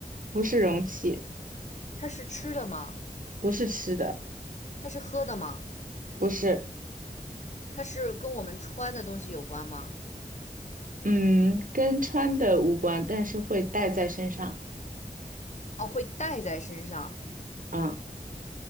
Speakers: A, on the right (about 60°); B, on the left (about 50°).
A: 不是容器，
B: 它是吃的吗？
A: 不是吃的，
B: 它是喝的吗？
A: 不是，
B: 它是跟我们穿的东西有关吗？
A: 嗯，跟穿的无关，但是会带在身上，
B: 哦，会带在身上。
A: 啊，